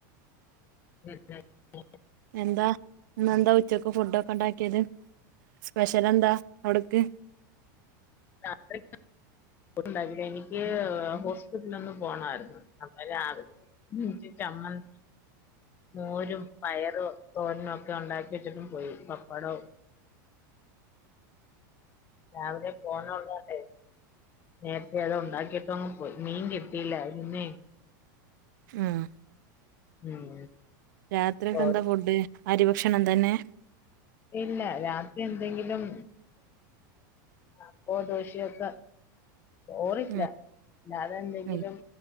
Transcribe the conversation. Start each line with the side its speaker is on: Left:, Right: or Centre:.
Left: ഉം ഉം
Right: എന്താ ഇന്നെന്താ ഉച്ചക്ക് ഫുഡ് ഒക്കെ ഉണ്ടാക്കിയത് സ്പെഷ്യൽ എന്താ അവിടുക്ക്
Left: രാത്രി ണ്ടായില്ല എനിക്ക് ഹോസ്പിറ്റലൊന്ന് പോണമായിരുന്നു അന്നേരം ഉം ചമ്മന്തി മോരും പയറും തോരനുംക്കെ ഉണ്ടാക്കി വെച്ചിട്ടും പോയി പപ്പടവും രാവിലെ പോണള്ളല്ലെ നേരത്തെ അത് ഉണ്ടാക്കിട്ടോ അങ്ങ് പോയി മീൻ കിട്ടിയില്ല നിന്നെ
Right: ആഹ്
Left: ഉം
Right: രാത്രിയൊക്കെ
Left: ചോറ്
Right: എന്താ ഫുഡ് അരിഭക്ഷണം തന്നെ
Left: ഇല്ല രാത്രി എന്തെങ്കിലും അപ്പ ദോശയൊക്കെ ചോറില്ല
Right: ഉം
Left: അതെന്തെങ്കിലും
Right: ഉം